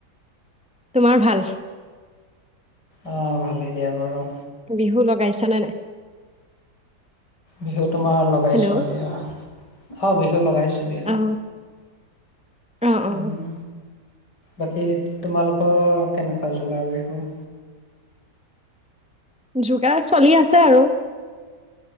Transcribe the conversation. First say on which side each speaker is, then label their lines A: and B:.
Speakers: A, in the centre; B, on the left.
A: তোমাৰ ভাল
B: অ ভালেই দিয়া বাৰু।
A: বিহু লগাইছানে নাই
B: বিহুত তোমাৰ লগাইছোঁ
A: হেল্ল'
B: দিয়া। অ বিহু লগাই আছোঁ দিয়া।
A: অ অ অ
B: উম বাকী তোমালোকৰ কেনেকুৱা যোগাৰ বিহু
A: যোগাৰ চলি আছে আৰু